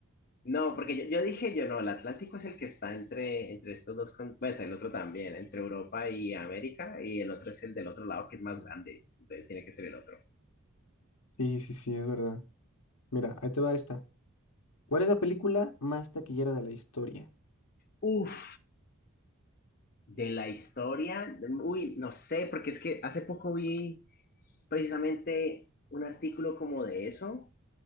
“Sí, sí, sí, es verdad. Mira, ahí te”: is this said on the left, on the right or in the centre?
Left